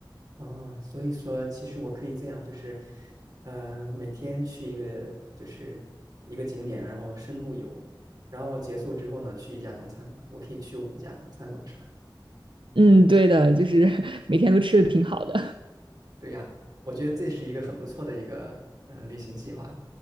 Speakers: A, on the right (about 50°); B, on the right (about 80°).
A: 哦，所以说其实我可以这样，就是，呃，每天去一个就是一个景点，然后深度游，然后结束之后呢，去一家中餐馆，我可以去五家中餐馆，是吧？
B: 嗯，对的，就是 <laughs> 每天都吃的挺好的。
A: 对呀，我觉得这是一个很不错的一个呃旅行计划，